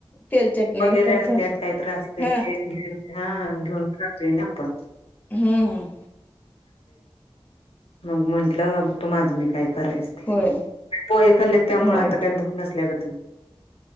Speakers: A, on the left; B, on the left.
A: तेल चटणी
B: वगैरे
A: तर
B: असत
A: ख
B: काही तर असतंय
A: हा
B: ते घेऊन हा घेऊन खातोय ना आपण
A: हम्म
B: मग म्हंटलं तू माझं मी काय करायच ते
A: होय
B: पोहे खाल्ली त्यामुळे
A: होय
B: आता काही बुक नसल्या ग